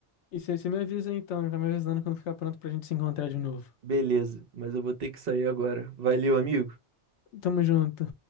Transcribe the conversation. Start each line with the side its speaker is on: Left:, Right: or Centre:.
Left: E você você me avisa então, e vai me avisando quando ficar pronto pra gente se encontrar de novo.
Right: Beleza, mas eu vou ter que sair agora. Valeu, amigo.
Left: Tamo junto.